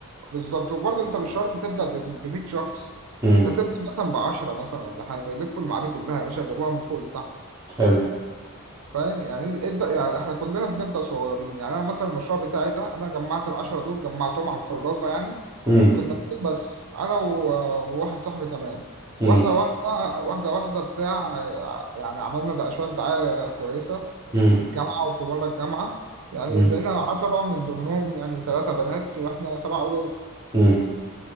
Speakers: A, on the right (about 75°); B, on the right (about 15°).
A: بالظبط وبرضه انت مش شرط تبدا ب 100 شخص
B: امم
A: انت تبدا مثلا ب 10 مثلا ولا حاجه يلفوا المعادي كلها يا باشا جابوها من فوق لتحت
B: حلو
A: فاهم يعني ابدا يعني احنا كلنا بنبدا صغيرين يعني انا مثلا المشروع بتاعي ده انا جمعت ال 10 دول جمعتهم على الفرازه يعني
B: مم.
A: كنا اتنين بس انا و- وواحد صاحبي كمان
B: امم
A: واحده واحده واحده واحده بتاع يعني عملنا ده شويه دعايه كويسه
B: امم
A: في الجامعه وفي بره الجامعه يعني
B: امم
A: بقينا عشرة من ضمنهم يعني ثلاثة بنات واحنا سبعة أولاد
B: امم